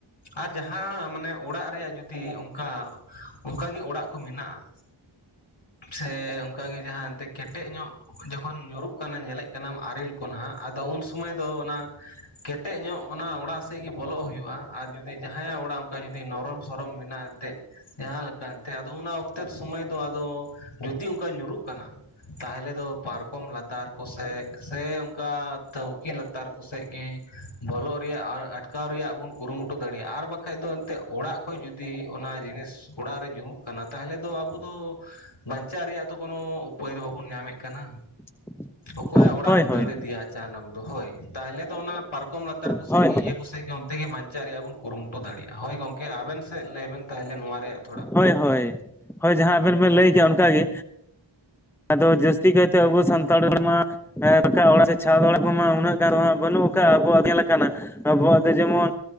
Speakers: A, on the left; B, in the centre.
A: ᱟᱨ ᱡᱟᱦᱟᱸ ᱡᱟᱦᱟᱸ ᱢᱟᱱᱮ ᱚᱲᱟᱜ ᱨᱮᱭᱟᱜ ᱡᱩᱫᱤ ᱚᱱᱠᱟ ᱚᱱᱠᱟ ᱜᱤ ᱚᱲᱟᱜ ᱠᱚ ᱢᱮᱱᱟᱜᱼᱟ ᱥᱮ ᱚᱝᱠᱟ ᱜᱮ ᱡᱟᱦᱟᱸ ᱮᱱᱛᱮᱫ ᱠᱮᱴᱮᱡ ᱧᱚᱜ ᱡᱚᱠᱷᱚᱱ ᱧᱩᱨᱩᱜ ᱠᱟᱱᱟ ᱧᱮᱞᱮᱜ ᱠᱟᱱᱟᱢ ᱟᱨᱮᱞ ᱠᱚ ᱱᱟᱦᱟᱜ ᱟᱫᱚ ᱩᱱ ᱥᱩᱢᱟᱹᱭ ᱫᱚ ᱚᱱᱟ ᱠᱷᱮᱛ ᱠᱮᱴᱮᱡ ᱧᱚᱜ ᱚᱱᱟ ᱚᱲᱟᱜ ᱥᱮᱫ ᱜᱮ ᱵᱚᱞᱚᱜ ᱦᱩᱭᱩᱜᱼᱟ ᱟᱨ ᱡᱩᱫᱤ ᱡᱟᱦᱟᱸᱭᱟᱜ ᱚᱲᱟᱜ ᱚᱱᱠᱟ ᱡᱩᱫᱤ ᱱᱚᱨᱚᱢ ᱥᱚᱨᱚᱢ ᱢᱮᱱᱟᱜᱼᱟ ᱮᱱᱛᱮᱫ ᱡᱟᱦᱟᱸ ᱞᱮᱠᱟ ᱮᱱᱛᱮᱜ ᱟᱫᱚ ᱚᱱᱟ ᱚᱠᱛᱮ ᱥᱩᱢᱟᱹᱭ ᱫᱚ ᱟᱫᱚ ᱡᱩᱫᱤ ᱚᱝᱠᱟ ᱧᱩᱨᱩᱜ ᱠᱟᱱᱟ ᱛᱟᱦᱚᱞᱮ ᱫᱚ ᱯᱟᱨᱠᱚᱢ ᱞᱟᱛᱟᱨ ᱠᱚᱥᱮ ᱥᱮ ᱚᱱᱠᱟ ᱛᱟᱹᱣᱠᱤ ᱞᱟᱛ ᱛᱟᱨ ᱠᱚᱥᱮᱫ ᱜᱮ ᱵᱚᱞᱚᱜ ᱨᱮᱭᱟᱜ ᱟᱴᱠᱟᱣ ᱨᱮᱭᱟᱜ ᱵᱚᱱ ᱠᱩᱨᱩᱢᱩᱴᱩ᱾ ᱫᱟᱲᱮᱭᱟᱜᱼᱟ ᱟᱨ ᱵᱟᱠᱷᱟᱡ ᱫᱚ ᱮᱱᱛᱮᱫ ᱚᱲᱟᱜ ᱠᱷᱚᱱᱚᱡ ᱡᱩᱫᱤ ᱚᱱᱟ ᱡᱤᱱᱤᱥ ᱚᱲᱟᱜ ᱨᱮ ᱡᱩᱢᱩᱜ ᱠᱟᱱᱟ ᱛᱟᱦᱚᱞᱮ ᱫᱚ ᱟᱵᱚ ᱫᱚ ᱵᱟᱧᱪᱟᱜ ᱨᱮᱭᱟᱜ ᱛᱚ ᱠᱳᱱᱳ ᱩᱯᱟᱹᱭ ᱫᱚ ᱵᱟᱵᱚᱱ ᱧᱟᱢᱮᱫ ᱠᱟᱱᱟ᱾
B: <inaudible>
A: ᱚᱠᱚᱭᱟᱜ ᱚᱲᱟᱜ
B: ᱦᱳᱭ
A: ᱮᱢ
B: ᱦᱳᱭ
A: ᱫᱟᱹᱲ ᱤᱫᱤᱭᱟ ᱟᱪᱟᱱᱚᱜ ᱫᱚ ᱦᱳᱭ ᱛᱟᱦᱞᱮ ᱫᱚ ᱚᱱᱟ᱾ ᱯᱟᱨᱠᱚᱢ ᱞᱟᱛᱟᱨ ᱠᱚᱥᱡ
B: ᱦᱳᱭ
A: ᱜᱤ
B: ᱦᱳᱭ
A: ᱤᱭᱟᱹ ᱠᱚ ᱥᱮᱫ ᱜᱮ ᱚᱱᱛᱮ ᱜᱮ ᱵᱟᱧᱪᱟᱣ ᱨᱮᱭᱟᱜ ᱵᱚᱱ ᱠᱩᱨᱩᱢᱩᱴᱩ ᱫᱟᱲᱮᱭᱟᱜᱼᱟ ᱦᱳᱭ ᱜᱚᱝᱠᱮ ᱟᱵᱮᱱ ᱥᱮᱫ ᱞᱟᱹᱭ ᱵᱮᱱ ᱛᱟᱦᱚᱞᱮ ᱱᱚᱣᱟ ᱨᱮᱭᱟᱜ ᱛᱷᱚᱲᱟ᱾
B: ᱦᱳᱭ ᱦᱳᱭ ᱦᱳᱭ ᱡᱟᱦᱟᱸ ᱟᱵᱮᱱ ᱵᱮᱱ ᱞᱟᱹᱭ ᱠᱮᱭᱟ ᱚᱱᱠᱟᱜ ᱜᱮ ᱟᱫᱚ ᱡᱟᱹᱥᱛᱤ ᱠᱟᱭᱛᱮ ᱟᱵᱚ ᱥᱟᱱᱛᱟᱲ ᱦᱚᱲ ᱢᱟ᱾ ᱦᱮᱸ ᱨᱟᱠᱟᱵ ᱚᱲᱟᱜ ᱥᱮ ᱪᱷᱟ ᱚᱲᱟᱜ ᱠᱚᱢᱟ ᱩᱱᱟᱹᱜ ᱜᱟᱱ ᱫᱚ ᱦᱟᱸᱜ ᱵᱟᱹᱱᱩᱜ ᱠᱟᱜᱼᱟ ᱟᱵᱚᱣᱟᱜ ᱧᱮᱞ ᱠᱟᱱᱟ᱾ ᱟᱵᱚᱣᱟᱜ ᱫᱚ ᱡᱮᱢᱚᱱ